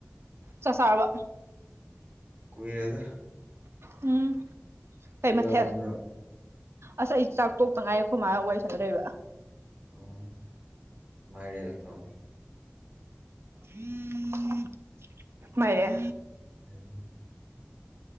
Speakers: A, on the right; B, on the right.
A: ꯆꯥꯛ ꯆꯥꯔꯕ
B: ꯀꯨꯏꯔꯦꯗ
A: ꯎꯝ ꯀꯩ
B: ꯀꯩꯗꯧꯔꯝꯃꯤꯅꯣ
A: ꯃꯊꯦꯜ ꯑꯁ ꯑꯩ ꯆꯥꯛ ꯇꯣꯛꯇ ꯉꯥꯏꯔꯤ ꯑꯈꯣꯏ ꯃꯥꯒ ꯋꯥꯔꯤ ꯁꯥꯟꯅ ꯂꯩꯕ
B: ꯎꯝ ꯃꯥꯏꯔꯦꯜ ꯇꯣꯡꯉꯤ
A: <unintelligible> ꯃꯥꯏꯔꯦ
B: ꯎꯝ